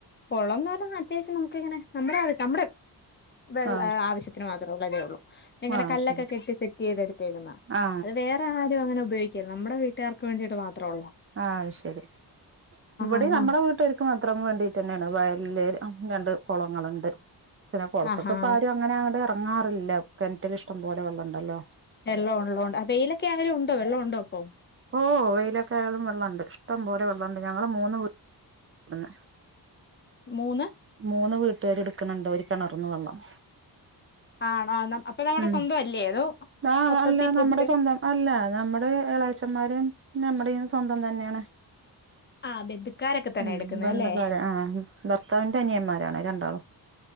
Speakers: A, on the left; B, on the right.
A: കൊളംന്ന് പറഞ്ഞാ അത്യാവശ്യം നമുക്കിങ്ങനെ നമ്മുടെ നമ്മുടെ വെള്ള
B: ആ
A: ആവശ്യ ത്തിന് മാത്രോ ഉള്ളതേ ഉള്ളൂ ഇങ്ങനെ
B: ആ ആ
A: കല്ലൊക്കെ
B: ശരി
A: കെട്ടി സെറ്റ് ചെയ്തെടുത്തേക്ക്ന്നാ
B: ആ
A: അത് വേറെ ആരും അങ്ങനെ ഉപയോഗിക്കില്ല നമ്മടെ വീട്ടുകാർക്ക് വേണ്ടീട്ട് മാത്ര ഉള്ളാ
B: ആയ് ശരി ഇവിടെ
A: ആഹ്
B: നമ്മുടെ
A: ആഹ്
B: വീട്ടര് ക്ക് മാത്രം വേണ്ടിട്ടെന്നെയാണ് വല്ല്യോരു രണ്ട് കൊളങ്ങളുണ്ട് പിന്നെ കൊളത്ക്
A: ആഹ് ആഹ്
B: ഇപ്പാരു ങ്ങനെ അങ്ങട് എറങ്ങാറില്ല കെണറ്റിൽ ഇഷ്ടം പോലെ വെള്ളണ്ടല്ലോ
A: വെള്ളം ഒള്ളോണ്ട് അ വെയിലൊക്കെ അയൊരു ഉണ്ടോ വെള്ളം ഉണ്ടോ ഇപ്പോ
B: ഓ വെയിലൊക്കെ ആയതും വെള്ളണ്ട് ഇഷ്ടം പോലെ വെള്ളണ്ട് ഞങ്ങള് മൂന്ന് വീ പിന്നെ
A: മൂന്ന്
B: മൂന്ന് വീട്ടുകാര് എടുക്കണണ്ട് ഒരു കിണർന്ന് വെള്ളം
A: ആണോ ന്ന അപ്പൊ നമ്മുടെ
B: ഉം
A: സ്വന്ത അല്ലേ അതോ
B: ആഹ്
A: മൊത്തത്തി
B: അല്ല
A: പൊതുവെ
B: നമ്മുടെ സ്വന്തം അല്ല നമ്മുടെ എളേച്ചന്മാരും നമ്മുടെയും സ്വന്തം തന്നെയാണ്
A: ആഹ് ബന്ധുക്കാരൊക്കെ തന്നെ
B: ഉം
A: എടുക്കുന്നത്
B: ബന്ധള്ളോരാ
A: അല്ലേ
B: ആഹ് ഭർത്താവിന്റെ അനിയന്മാരാണ് രണ്ടാളും